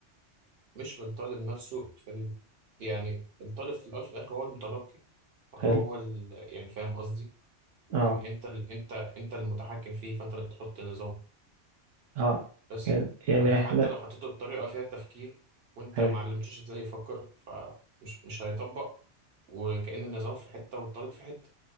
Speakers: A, on the right; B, on the right.
A: مش في الطالب نفسه في ال... يعني الطالب في الاول وفي الاخر هو المتلقي فهو
B: حلو
A: ال... يعني فاهم قصدي
B: اه
A: يعني انت ال... انت انت المتحكم فيه فانت اللي بتحط النظام
B: اه
A: بس
B: يعني يعني
A: فانت
B: احنا
A: حتى لو حطيته بطريقة فيها تفكير وانت
B: حلو
A: ما علمتوش ازاي يفكر فمش مش هيطبق وكأن النظام في حتة والطالب في حتة